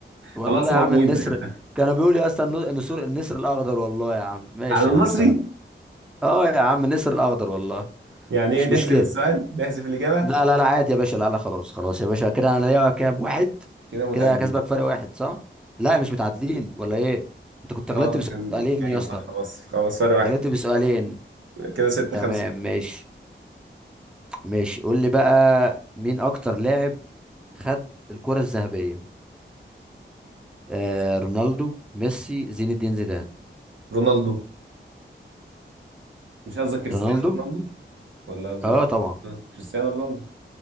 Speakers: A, in the centre; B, on the right.
A: والله
B: خلاص هو
A: يا عم
B: بوينت
A: النسر
B: خد
A: كانوا بيقولوا يا اسطى النو- النسور النسر الاخضر والله يا عم ماشي
B: على المصري
A: يا عم سهله اه يا عم النسر الاخضر والله
B: يعني ايه
A: مش
B: نحذف
A: مشكله
B: السؤال نحذف الاجابه
A: لا لا لا عادي يا باشا لا لا خلاص خلاص يا باشا كده انا ليا كام واحد
B: كده متعادلين
A: كده كسبك فرق واحد صح لا مش متعادلين ولا ايه انت كنت غلطت
B: اه انت كان
A: بسؤالين
B: ايوه
A: يا اسطى
B: صح خلاص خلاص فرق واحد
A: غلطت بسؤالين
B: كده 6
A: تمام
B: 5
A: ماشي ماشي قول لي بقى مين اكتر لاعب خد الكرة الذهبية آه رونالدو ميسي زين الدين زيدان
B: رونالدو مش قصدك كريستيانو
A: رونالدو
B: رونالدو ولا قصدك
A: اه طبعا
B: آه، كريستيانو رونالدو